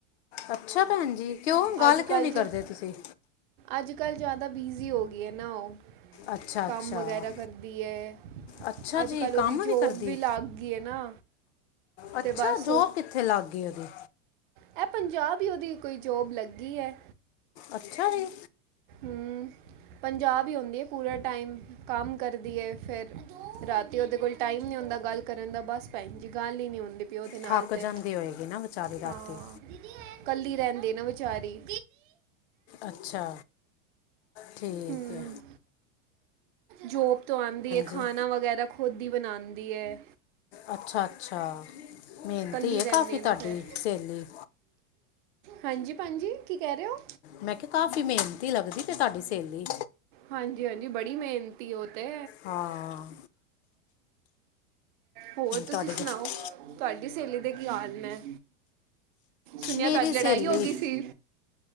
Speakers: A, on the left; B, on the right.
A: ਅੱਛਾ! ਭੈਣ ਜੀ ਕਿਉਂ ਗੱਲ
B: ਅੱਜ
A: ਕਿਉਂ
B: ਕੱਲ੍ਹ
A: ਨਹੀਂ
B: ਜ,
A: ਕਰਦੇ ਤੁਸੀਂ
B: ਅੱਜ ਕੱਲ੍ਹ ਜ਼ਿਆਦਾ ਬਿਜ਼ੀ ਹੋ ਗਈ ਹੈ ਨਾ ਉਹ।
A: ਅੱਛਾ
B: ਕੰਮ
A: ਅੱਛਾ
B: ਵਗੈਰਾ ਕਰਦੀ ਹੈ।
A: ਅੱਛਾ
B: ਅੱਜ
A: ਜੀ
B: ਕੱਲ
A: ਕੰਮ
B: ਉਦੀ ਜੋਬ
A: ਕਰਦੀ
B: ਵੀ ਲੱਗ ਗਈ ਏ ਨਾ।
A: ਅੱਛਾ
B: ਤੇ ਬਸ
A: ਜੋਬ ਕਿੱਥੇ ਲੱਗ ਗਈ ਉਹਦੀ
B: ਐ ਪੰਜਾਬ ਈ ਉਦੀ ਕੋਈ ਜੋਬ ਲੱਗੀ ਐ।
A: ਅੱਛਾ ਜੀ।
B: ਹੂੰ ਪੰਜਾਬ ਈ ਹੁੰਦੀ ਏ ਪੂਰਾ ਟਾਈਮ ਕੰਮ ਕਰਦੀ ਏ ਫਿਰ ਰਾਤੀ ਉਦੇ ਕੋਲ ਟਾਈਮ ਨਈ ਹੁੰਦਾ ਗੱਲ ਕਰਨ ਦਾ ਬਸ ਭੈਣ ਜੀ ਗੱਲ ਹੀ ਨਈ ਹੁੰਦੀ ਪਈ ਓਦੇ ਨਾਲ
A: ਥੱਕ
B: ਤੇ
A: ਜਾਂਦੀ ਹੋਏਗੀ ਨਾ ਵਿਚਾਰੀ ਰਾਤੀ
B: ਹਾਂ। ਕੱਲੀ ਰੈਂਦੇ ਵਿਚਾਰੀ
A: ਅੱਛਾ ਠੀਕ
B: ਹੂੰ
A: ਐ।
B: ਜੋਬ ਤੋਂ ਆਂਦੀ ਐ ਖਾਣਾ
A: ਜੀ
B: ਵਗੈਰਾ ਖੁਦ ਈ ਬਣਾਂਦੀ ਐ।
A: ਅੱਛਾ-ਅੱਛਾ ਮਿਹਨਤੀ
B: ਕੱਲੀ
A: ਐ
B: ਰਹਿੰਦੀ
A: ਕਾਫ਼ੀ
B: ਹੈ
A: ਤੁਹਾਡੀ
B: ਨਾ ਫਿਰ
A: ਸਹੇਲੀ
B: ਹਾਂਜੀ ਭੈਣ ਜੀ ਕੀ ਕੈ ਰਏ ਓ।
A: ਮੈਂ ਕਿਆ ਕਾਫੀ ਮਿਹਨਤੀ ਲੱਗਦੀ ਤੇ ਤੁਹਾਡੀ ਸਹੇਲੀ
B: ਹਾਂਜੀ-ਹਾਂਜੀ ਬੜੀ ਮਿਹਨਤੀ ਓ ਤੇ
A: ਹਾਂ
B: ਹੋਰ ਤੁਸੀਂ
A: ਤੁਹਾਡੇ
B: ਸੁਣਾਓ
A: ਤਾਂ-
B: ਤੁਹਾਡੀ ਸਹੇਲੀ ਦੇ ਕੀ ਹਾਲ ਨੇ। ਸੁਣਿਆ
A: ਮੇਰੀ
B: ਤੁਹਾਡੀ ਲੜਾਈ
A: ਸਹੇਲੀ
B: ਹੋ ਗਈ ਸੀ।